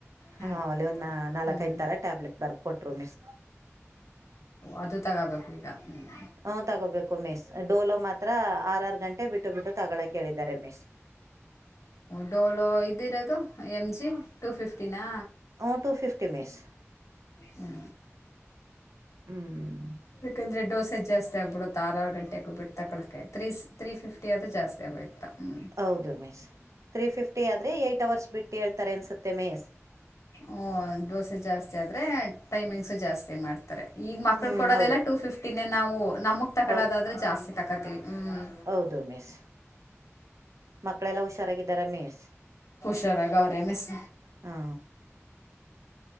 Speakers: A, on the left; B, on the right.
A: ಹ್ಮ್
B: ಮಾಮೂಲಿ ಒಂದು ನಾಲ್ಕೈದು
A: ಹ್ಮ್
B: ತರ ಟ್ಯಾಬ್ಲೆಟ್ ಬರ್ದು ಕೊಟ್ರು ಮಿಸ್.
A: ಅದು ತಗೋಬೇಕ ಈಗ. ಹ್ಮ್
B: ಹ ತಗೋಬೇಕು ಮಿಸ್ ಡೋಲೋ ಮಾತ್ರ ಆರ ಆರ ಗಂಟೆ ಬಿಟ್ಟು ಬಿಟ್ಟು ತಗೊಳಕೇಳಿದ್ದಾರೆ ಮಿಸ್.
A: ಡೋಲೋ ಇದಿರೋದು ಎಂಜಿ ಟು ಫಿಫ್ಟಿನಾ.
B: ಹ ಟು ಫಿಫ್ಟಿ ಮಿಸ್
A: ಹ್ಞೂ
B: ಹ್ಮ.
A: ಯಾಕಂದ್ರೆ ಡೋಸೆಜ್ ಜಾಸ್ತಿ ಆಗ್ಬಿಡ ಆರ ಆರ ಗಂಟೆಗೆ ಹೋಗಬಿಟ್ಟ ತಕ ತ್ರೀ ಫಿಫ್ಟಿ ಅದು ಜಾಸ್ತಿ ಆಗಿಬಿಡ್ತದ್ದ. ವಯತ
B: ಹೌದು ಮೀಸ್ ತ್ರೀ ಫಿಫ್ಟಿ ಆದ್ರೆ ಏಟ್ ಅವರ್ಸ್ ಬಿಟ್ಟು ಹೇಳ್ತಾರೆ ಅನ್ಸುತ್ತೆ ಮೀಸ್.
A: ಓ ದೋಸೆ ಜಾಸ್ತಿ ಆದ್ರೆ ಟೈಮಿಂಗ್ಸು ಜಾಸ್ತಿ ಮಾಡ್ತಾರೆ. ಈಗ ಮಕ್ಳ
B: ಹ್ಮ್
A: ಕೊಡೋದೆಲ್ಲಾ
B: ಹೌದು
A: ಟೂ ಫಿಫ್ಟಿ ನೇ ನಾವು ನಮಗ್ ತಕಳೋದಾದ್ರೆ
B: ಹೌ
A: ಜಾಸ್ತಿ ತಕತಿವಿ ಹ್ಮ್.
B: ಹೌದು ಮೀಸ್ ಮಕ್ಕಳೆಲ್ಲ ಹುಷಾರಾಗಿದ್ದಾರ ಮೀಸ್.
A: ಚೆನ್ನಾಗೌರೇ ಮಿಸ.
B: ಹ್ಹಾ.